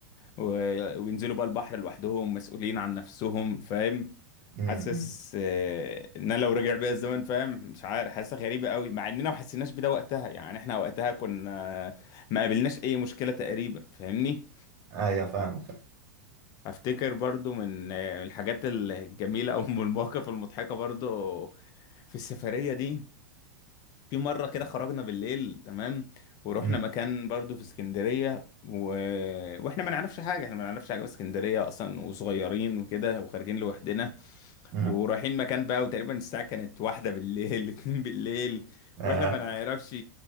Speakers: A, on the left; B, on the right.
A: و... وينزلوا بقى البحر لوحدهم مسؤولين عن نفسهم فاهم
B: امم
A: حاسس آه، ان انا لو رجع بيا الزمن فاهم مش عارف حاسه غريبه قوي مع اننا ما حسيناش بده وقتها يعني احنا وقتها كنا ما قابلناش اي مشكله تقريبا فاهمني
B: ايوه فاهم فاهم
A: افتكر برضو من آه، الحاجات الجميله او <laughs> من المواقف المضحكه برضو في السفريه دي في مره كده خرجنا بالليل تمام ورحنا
B: أمم،
A: مكان برضو في اسكندريه و... واحنا ما نعرفش حاجه احنا ما نعرفش حاجه في اسكندريه اصلا وصغيرين وكده وخارجين لوحدنا
B: أمم.
A: ورايحين مكان بقى وتقريبا الساعة كانت واحدة بالليل <laughs> اتنين بالليل
B: آه.
A: واحنا ما نعرفش